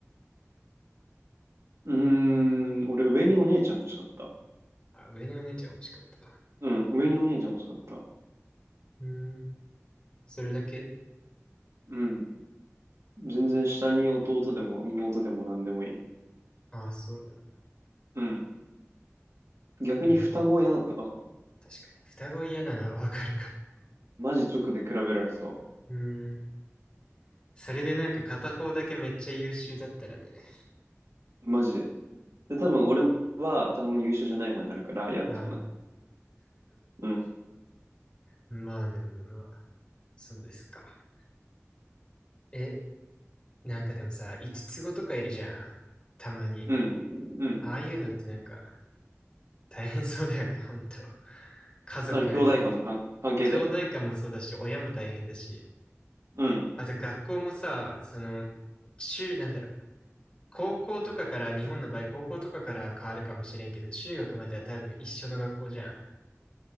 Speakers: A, on the right; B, on the left.
A: うーん、俺上にお姉ちゃん欲しかった。
B: あ、上のお姉ちゃん欲しかった。
A: うん、上にお姉ちゃん欲しかった。
B: うん。それだけ
A: うん。全然下に弟でも妹でも何でもいい。
B: ああ、そうなの。
A: うん。逆に双子は嫌だったかな。
B: うん。確かに。双子嫌なのはわかるかも。
A: マジ直で比べられそ
B: うーん。それでなんか片方だけめっちゃ優秀だったらね。
A: う。マジで。で、多分俺は多分優秀じゃない方になるから嫌だったかな。
B: ああ、
A: うん。
B: まあでもまあ、そうですか。え、なんかでもさ、五つ子とかいるじゃん。たまに。
A: うん。うん。
B: ああいうのってなんか大変そうだよね、<laughs> ほんと。家族、
A: あの、兄弟間のか関係で
B: 兄弟間もそうだし、親も大変だし。
A: うん。
B: あと学校もさ、その、中、なんだろう高校とかから、日本の場合、高校とかからは変わるかもしれんけど、中学までは多分一緒の学校じゃん。